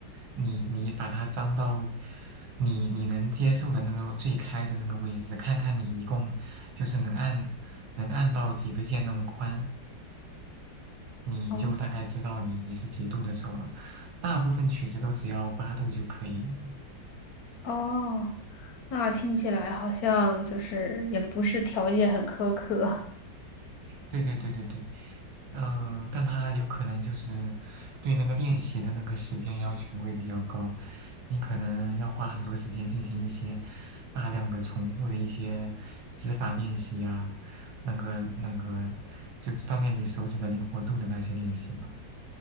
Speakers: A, on the right; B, on the left.
A: 你你把它张到你你能接受的那个最开的那个位置，看看你一共就是能按能按到几个键那么宽。你就大概知道你你是几度的时候了。
B: 哦
A: 大部分曲子都只要八度就可以了。
B: 哦，那听起来好像就是也不是条件很苛刻。
A: 对对对对对，呃，但它有可能就是对那个练习的那个时间要求会比较高，你可能要花很多时间进行一些大量的重复的一些指法练习呀、那个那个就锻炼你手指的灵活度的那些练习嘛。